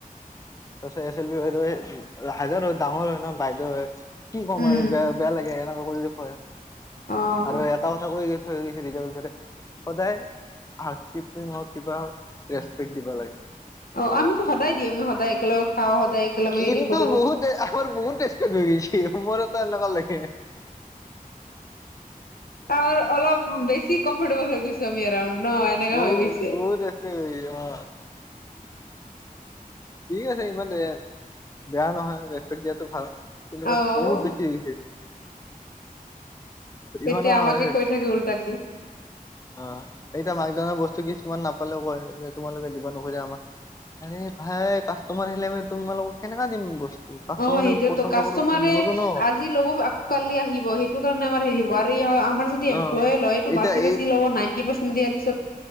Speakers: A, on the left; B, on the left.
A: তছে এচ এল বি বাইদেউ হাইদাৰ হয় ডাঙৰ হয় ন বাইদেউ হয় কি ক'ম
B: উম
A: আৰু বেয়া বেয়া লাগে এনেকুৱা কৰি কয়
B: অ',
A: আৰু এটা কথা কৈ গৈ থৈ গৈছে যাবচ সদায় হাউচপিং হও কিবা ৰেচপেক্ট দিব লাগে।
B: অ, ' আমিতো সদায় দি আমি সদায় একেলগে খাওঁ সদায়। একেলগে
A: কিন্তু
B: হেৰি কৰো
A: বহুত আমাৰ বহুত ষ্টিছে মোৰতো এনেকুৱা লাগি
B: আমাৰ অলপ বেছি কমফৰ্টেবল হৈ গৈছে জমি এৰাউ ন এনেকা
A: বহু
B: হৈ গৈছে।
A: বহুত ৰেচপেক্ট হৈ গৈছে অ ঠিক আছে ইমান বেয়া, বেয়া নহয়। দিয়াতটো ভাল কিন্তু
B: অ',
A: বহুত বেছি হৈ গৈছে। ইমানো
B: এতিয়া
A: নহয়
B: আমাকে কৈ থাকে উল্টাকে
A: অ', এতিয়া মাক ধৰ বস্তু কিছুমান নাপালেও ক তোমালোকে দিবা নোখোজা আমাক ভাই কাষ্টমাৰ আহিলে আমি তোমালোকক কেনেকা দিম বস্তু কাষ্টমাৰে
B: অ, ' সেইটোয়তো
A: পচন্দ
B: কাষ্টমাৰে
A: কৰিব নোৱাৰো ন
B: আজি ল'ব আকৌ কালি আহিব সেইটো কাৰণে আমাৰ হেৰি হয় আমাৰ যদি এম্লয়
A: অ
B: লয় সটো
A: এতিয়া
B: বাছ
A: এই
B: বাচি লব নাইনটি পাৰ্চেট দিয়াৰ পিত